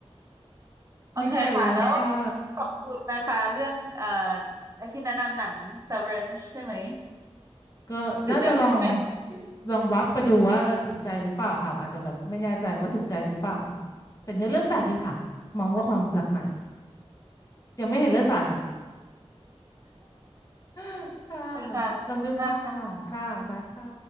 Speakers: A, on the right; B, on the left.
A: <laughs> โอเคค่ะแล้ว
B: นี่ก็เลยค่ะ
A: ขอบคุณนะคะเรื่องเอ่อที่แนะนำหนัง Severance ใช่ไหม
B: ก็น่าจะลอง
A: เดี๋ยวเจะไปข <laughs> อบ
B: ลองวับไปดูว่าเออถูกใจหรือเปล่าค่ะอาจจะแบบไม่แน่ใจว่าถูกใจหรือเปล่าแต่เนื้อเรื่องแปลกดีค่ะมองว่าความแปลกใหม่ยังไม่เห็นเลือดสาดค่ะ <laughs> ค่ะ
A: คุณค่ะขอบคุณมาก
B: ลองดูค่ะค่ะบายค่ะ